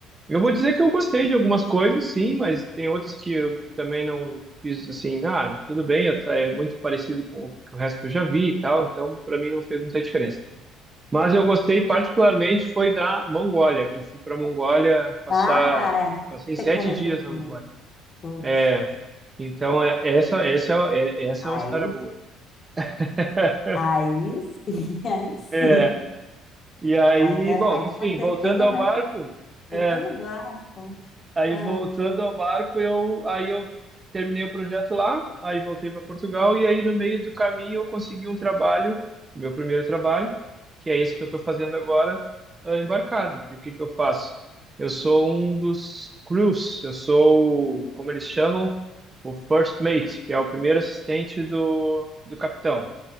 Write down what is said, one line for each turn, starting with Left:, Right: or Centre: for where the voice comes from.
Right: Eu vou dizer que eu gostei de algumas coisas, sim, mas tem outras que eu também não fiz assim, ah, tudo bem, eu, tá- é muito parecido com o que o resto que eu já vi e tal, então para mim não fez muita diferença. Mas eu gostei particularmente foi da Mongólia, que eu fui para a Mongólia passar,
Left: Ah, é,
Right: passei sete
Left: você comentou
Right: dias
Left: comigo.
Right: na Mongólia.
Left: Poxa,
Right: É, então, é, essa, essa, é, essa
Left: Aí,
Right: é uma história boa. <laughs>
Left: aí sim, <laughs> aí sim.
Right: É, e aí,
Left: Aí, de-
Right: bom,
Left: aí
Right: enfim,
Left: com certeza
Right: voltando ao
Left: deve
Right: barco,
Left: estar
Right: é,
Left: botando barco.
Right: aí
Left: Ah,
Right: voltando ao barco, eu, aí eu terminei o projeto lá, aí voltei para Portugal, e aí no meio do caminho eu consegui um trabalho, meu primeiro trabalho, que é esse que eu estou fazendo agora, eh, embarcado. E o que que eu faço? Eu sou um dos crews, eu sou, o- como eles chamam, o first mate, que é o primeiro assistente do, do capitão.